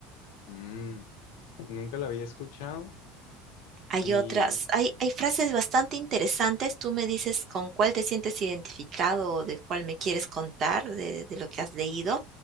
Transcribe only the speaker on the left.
Mm, nunca la había escuchado
y